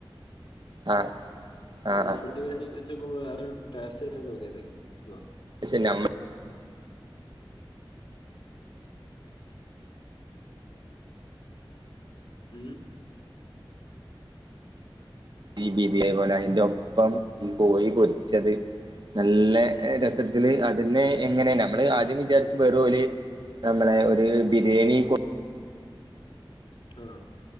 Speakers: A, on the right; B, on the left.
A: ആഹ്
B: നമ്മളെ
A: ആഹ്
B: ഇബടത്തെ ബിരിയാണി വെച്ചോക്കുമ്പോൾ വേറൊരു ടേസ്റ്റായിട്ടാണ് തോന്നിയത്. പ
A: ക്ഷെ നമ്മ
B: മ്
A: ഈ ബീതിയായി പോലെ അയിന്റൊപ്പം ഈ കോഴി പൊരിച്ചത് നല്ല
B: ഉം
A: രസത്തില് അതന്നെ എങ്ങനെ, നമ്മള് ആദ്യം വിചാരിച്ചും വെറും ഓല് നമ്മളെ ഒര് ബിരിയാണി കൊ
B: ആഹ്